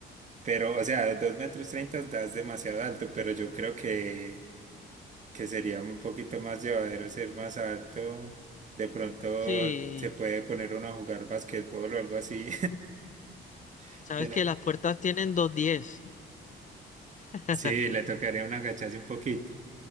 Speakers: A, on the right (about 40°); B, on the left (about 40°).
A: Pero, o sea, dos metros treinta das demasiado alto, pero yo creo que, que sería un poquito más llevadero ser más alto. De pronto
B: Sí,
A: se puede poner uno a jugar basquetbol o algo así. <laughs>
B: sabes
A: Pero
B: que las puertas tienen dos diez <laughs>
A: Sí, le tocaría un agacharse un poquito.